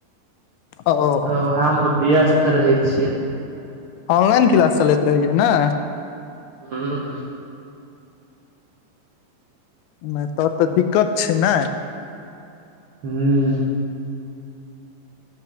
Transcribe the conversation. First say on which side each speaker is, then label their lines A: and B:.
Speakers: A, on the left (about 80°); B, on the right (about 80°).
A: ओ
B: तऽ वेहे मे व्यस्त रहै छियै।
A: ऑनलाइन क्लास चलैत रहैया ने।
B: हूं।
A: नहि त- तऽ दिक्कत छै, नै।
B: हूँ।